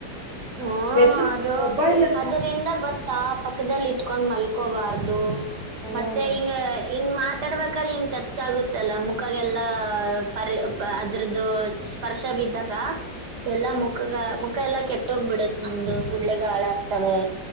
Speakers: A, on the right (about 60°); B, on the right (about 40°).
A: ಹ್ಮ
B: ವ್ಯಸನ್
A: ಅದು
B: ಮೊಬೈಲ್
A: ಅದರಿಂದ ಗೊತ್ತ. ತಾ ಪಕ್ಕದಲ್ಲಿ ಇಟ್ಕೊಂಡ್ ಮಲ್ಕೋಬಾರ್ದು
B: ಹ್ಮ್
A: ಮತ್ತೆ ಹಿಂಗ. ಹಿಂಗ ಮಾತಾಡ್ಬೇಕಾದ್ರೆ ಹಿಂ ಚಚ್ಗುತ್ತಲ್ಲ ಮುಖಗೆಲ್ಲ ಪರಿ ಅದರದ್ದು. ಸ್ಪರ್ಶವಿದ್ದಾಗ. ಎಲ್ಲಾ ಮುಖಗ ಮುಖ ಎಲ್ಲಾ ಕೆಟ್ಟೋಗ್ಬಿಡತ್ ನಮ್ದು ಗುಳ್ಳೆಗಾಳಾಗಕ್ತವೆ.